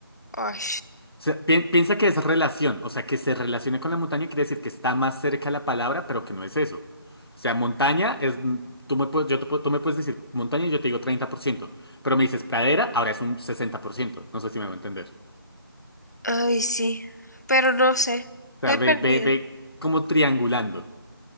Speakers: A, on the left; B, on the left.
A: Ay,
B: O sea, pi- piensa que es relación, o sea, que se relacione con la montaña quiere decir que está más cerca la palabra, pero que no es eso. O sea, montaña es, mm, tú me puedes, yo te puedo- tú me puedes decir montaña y yo te digo treinta por ciento pero me dices pradera, ahora es un sesenta por ciento no sé si me va a entender.
A: ay, sí. Pero no sé.
B: O sea,
A: Estoy
B: ve,
A: perdida.
B: ve, ve como triangulando.